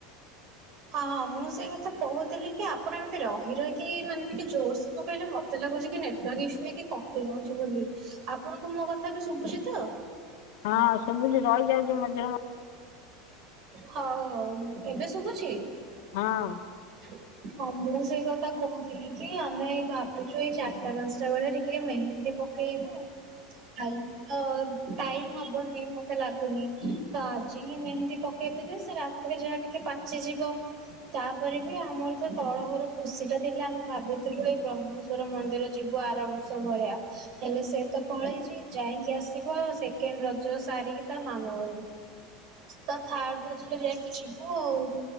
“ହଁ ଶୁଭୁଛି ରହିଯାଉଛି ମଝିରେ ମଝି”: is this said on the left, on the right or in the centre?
Left